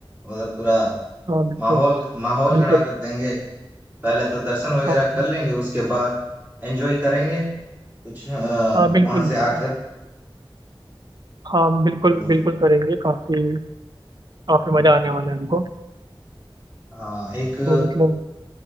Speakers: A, on the right; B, on the right.
A: उधर पूरा
B: हाँ बिल्कुल
A: माहौल माहौल
B: बिल्कुल
A: खड़ा कर देंगे पहले तो दर्शन वगैरह
B: हाँ
A: कर लेंगे उसके बाद एंजॉय करेंगे कुछ अ,
B: हाँ बिल्कुल
A: वहां से
B: बिल्कुल
A: आकर
B: हाँ बिल्कुल
A: और
B: बिल्कुल करेंगे काफ़ी काफ़ी मज़ा आने वाला है हमको
A: अ, एक
B: तो मतलब